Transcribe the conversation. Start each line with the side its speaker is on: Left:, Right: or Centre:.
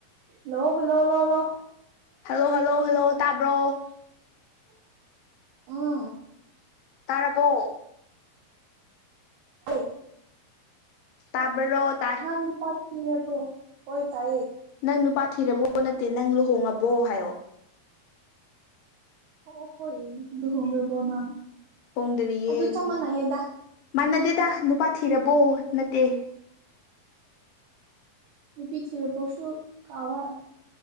Right: ꯂꯣ ꯍꯜꯂꯣ ꯂꯣ ꯂꯣ
Left: ꯍꯜꯂꯣ ꯍꯜꯂꯣ ꯍꯜꯂꯣ ꯇꯥꯕ꯭ꯔꯣ
Right: <inaudible> ꯎꯝ
Left: ꯇꯥꯔꯕꯣ
Right: ꯑꯦ
Left: ꯇꯥꯕ꯭ꯔꯣ ꯇꯥꯏ
Right: ꯅꯪ ꯅꯨꯄꯥ ꯊꯤꯔꯕꯣ ꯍꯣꯏ ꯇꯥꯏꯌꯦ
Left: ꯅꯪ ꯅꯨꯄꯥ ꯊꯤꯔꯕꯣ ꯅꯠꯇꯦ ꯅꯪ ꯂꯨꯍꯣꯡꯉꯕꯣ ꯍꯥꯏꯌꯣ
Right: ꯑꯣ ꯍꯣꯏꯌꯦ ꯂꯨꯍꯣꯡꯔꯕꯣ ꯅꯪ
Left: ꯍꯣꯡꯗꯔꯤꯌꯦ
Right: ꯑꯗꯨ ꯆꯞ ꯃꯥꯟꯅꯩꯌꯦꯗ
Left: ꯃꯥꯟꯅꯗꯦꯗ ꯅꯨꯄꯥ ꯊꯤꯔꯕꯣ ꯅꯠꯇꯦ
Right: ꯅꯨꯄꯤ ꯊꯤꯔꯕꯣꯁꯨ ꯀꯥꯎꯕꯥ